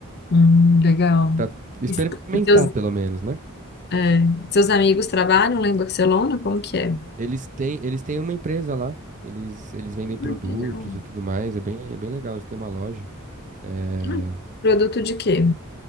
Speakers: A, on the left (about 50°); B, on the right (about 35°).
A: Hum, legal.
B: Pra experimentar,
A: E, e seus,
B: pelo menos, né?
A: é, seus amigos trabalham lá em Barcelona? Como que é?
B: Eles têm, eles têm uma empresa lá. Eles, eles vendem produtos
A: Ah, que legal.
B: e tudo mais. É bem, é bem legal. Eles têm uma loja. é,
A: Ah, produto de quê?